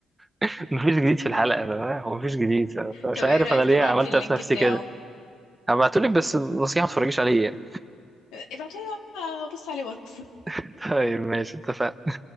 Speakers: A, on the right (about 15°); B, on the left (about 85°).
A: <laughs> مفيش جديد في الحلقه فاهم هو مفيش جديد فمش
B: طب
A: عارف
B: ايه رأيك
A: انا ليه
B: تبعتلي
A: عملت
B: اللينك
A: إيه في نفسي
B: بتاعه
A: كده هبعتهولك بس نصيحه ما تتفرجيش عليه يعني
B: ابعتولي وأبص عليه واتس.
A: <laughs> طيب ماشي اتفقنا